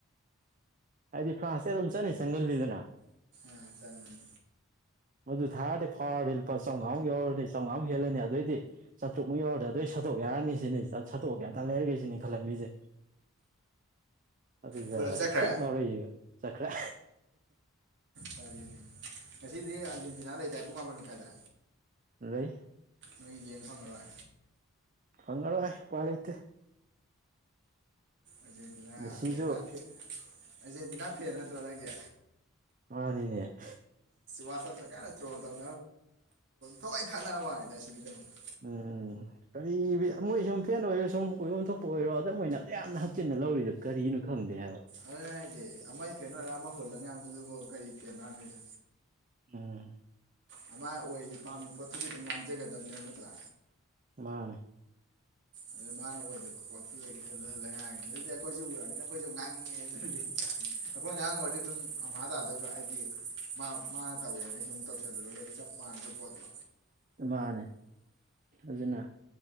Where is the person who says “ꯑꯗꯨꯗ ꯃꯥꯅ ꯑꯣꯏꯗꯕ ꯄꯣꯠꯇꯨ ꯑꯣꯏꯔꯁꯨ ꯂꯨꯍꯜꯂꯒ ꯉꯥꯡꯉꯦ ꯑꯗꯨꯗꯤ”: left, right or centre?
Right